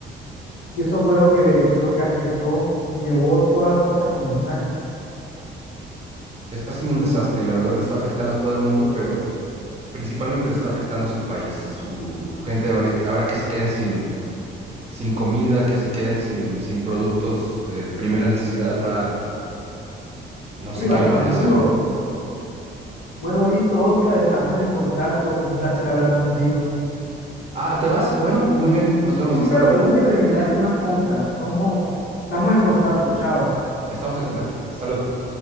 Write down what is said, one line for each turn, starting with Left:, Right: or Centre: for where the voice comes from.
Left: Y eso fue lo que, lo que afectó, llevó todas las cosas como están.
Right: Está siendo un desastre y la verdad le está afectando a todo el mundo, pero principalmente le está afectando a su país, su, su gente ahori- ahora que se queden sin, sin comida, que se queden sin, sin productos de primera necesidad, va, no sé
Left: Sí,
Right: qué
Left: va a
Right: le van
Left: ser
Right: a hacer.
Left: duro. Bueno, listo, Oscar, estamos en contacto, fue un placer hablar contigo.
Right: Ah, ¿te vas? Bueno, muy bien, nos vemos,
Left: Sí,
Right: hasta
Left: claro,
Right: luego.
Left: tengo que terminar unas compras. Somos, estamos en contacto, chao.
Right: Estamos en contacto, hasta luego.